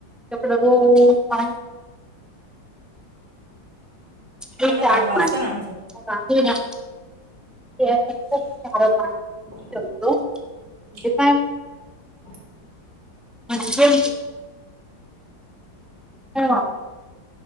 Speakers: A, in the centre; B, on the right (about 35°).
A: कपड र पा म
B: तेवढं काम वाचतं ना
A: मग
B: आमचं
A: <unintelligible>
B: <unintelligible>
A: खूप सारं पाणी ठेवतो ते काय अच्छा! हम